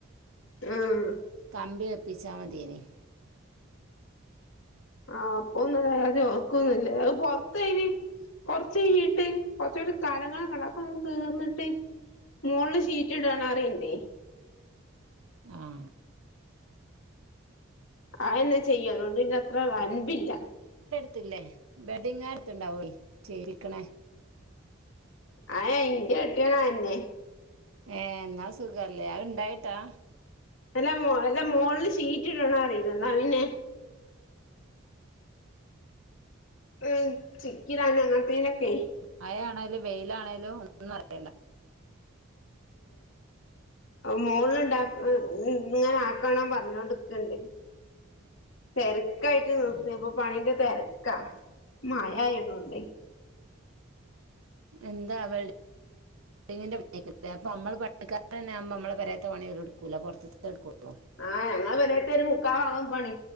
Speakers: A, on the left; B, on the right.
A: ആഹ്
B: കമ്പി വെപ്പിച്ചാ മതീന്
A: ആഹ് അപ്പൊന്ന് ഓക്കൊന്നില്ലേ അഹ് പൊറത്തെയിന് കൊറഴിട്ട് കൊറച്ചൂടി കടങ്ങൾ ഒക്കെ ഇൻണ്ട് അധോക്കെന്ന് തീർന്നിട്ട് മുളിൽ ചീറ്റ് ഇടണറണ്ട്
B: ആഹ
A: ആ എന്നെ ചെയ്യുംകൊണ്ട് ഇന്ന അത്ര റണ്ടില്ല
B: ത്തില്ലേ വെഡിങ് ആരത്ത്ണ്ടാവെ ച്വയിക്കണേ
A: അ ഇയിന്റെ കെട്ടിയണാ അ അന്നെ
B: ഏ എന്നാ സുഖല്ലേ അഹ് ഇണ്ടായിട്ടാ
A: അല്ലെ അല്ല മോളില് ചീറ്റിടണ റിണ്ട് എന്നാ പിന്നെ മ് ചിക്കിടാൻ അങ്ങത്തിനോക്കെ
B: മഴ ആണേലും വെയില ആണേലും ഒന്നും അറിയേണ്ട <inaudible>
A: മോള് ഇണ്ട ങ്ങനെ ആക്കണം പറഞ്ഞോടുക്കണ്ട് തിരക്കായിട്ട് നിർത്തപ്പൊ
B: ഉം
A: പണീന്റെ തിരക്കാ മഴായിണണ്ട്
B: എന്താ അവടെ പൈപ്പ്പിങ്ങിന്റെ പണിക്കെ ഇല്ലേ അപ്പ നമ്മൾ പണി ക്കാരൊവുമ്പോ നമ്മളെ പേരെ ത്ത പണിഓല്ടുക്കൂല്ല പുറത്ത്ത്തെടുകോള്ളൂ
A: ആഹ് ഞങ്ങളെ പെരേത്ത ഒരു മുക്കാഭാഗം പണി